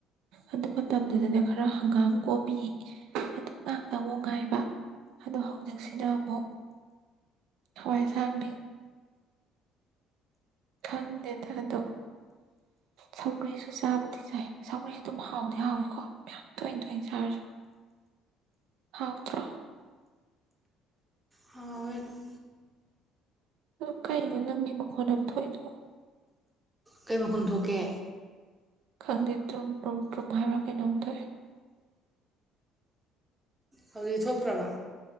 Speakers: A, on the right; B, on the right.
A: ꯑꯗꯨ ꯃꯇꯝꯗꯨꯗꯗ ꯈꯔ ꯍꯪꯒꯥꯝ ꯀꯣꯕꯤ ꯑꯗꯨ ꯉꯥꯛꯇ ꯑꯃꯨꯛ ꯉꯥꯏꯕ ꯑꯗꯣ ꯍꯧꯖꯤꯛꯁꯤꯗ ꯑꯃꯨꯛ ꯍꯋꯥꯏꯁꯥꯡꯕꯤ ꯈꯪꯗꯦꯗ ꯑꯗꯣ ꯁꯧꯒ꯭ꯔꯤꯁꯨ ꯆꯥꯕꯨꯗꯤ ꯆꯥꯏ ꯁꯧꯒ꯭ꯔꯤꯁꯨ ꯑꯗꯨꯝ ꯍꯥꯎꯗꯤ ꯍꯥꯎꯏꯀꯣ ꯃꯌꯥꯝ ꯇꯣꯏꯅ ꯇꯣꯏꯅ ꯆꯥꯔꯁꯨ ꯍꯥꯎꯇ꯭ꯔꯣ
B: ꯍꯥꯎꯋꯦ ꯑꯗꯨꯝ
A: ꯑꯗꯨ ꯀꯩꯅꯣ ꯅꯪꯒꯤ ꯃꯈꯣꯟ ꯑ ꯊꯣꯛꯣꯏꯏꯗꯑꯣ
B: ꯀꯩ ꯃꯈꯟ ꯊꯣꯛꯀꯦ
A: ꯈꯪꯗꯦ ꯇꯨꯝ ꯇꯨꯝ ꯇ꯭ꯔꯨꯝ ꯍꯥꯏꯕ꯭ꯔꯥ ꯀꯩꯅꯣꯝ ꯊꯣꯛꯑꯦ
B: ꯍꯧꯖꯤꯛ ꯊꯣꯛꯇ꯭ꯔꯕ